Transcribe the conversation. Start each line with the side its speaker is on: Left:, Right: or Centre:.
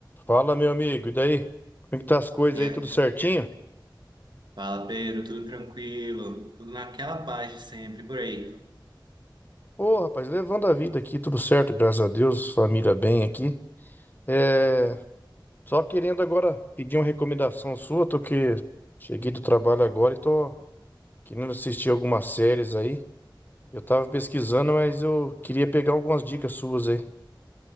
Left: Fala, meu amigo, e daí? Como é que tá as coisas
Right: E
Left: aí,
Right: aí?
Left: tudo certinho?
Right: Fala, Pedro, tudo tranquilo? Tudo naquela paz de sempre, por aí.
Left: Ô, rapaz, levando a vida aqui, tudo certo, graças a Deus, família bem aqui. É, só querendo agora pedir uma recomendação sua, tô que cheguei do trabalho agora e tô querendo assistir algumas séries aí. Eu tava pesquisando, mas eu queria pegar algumas dicas suas aí.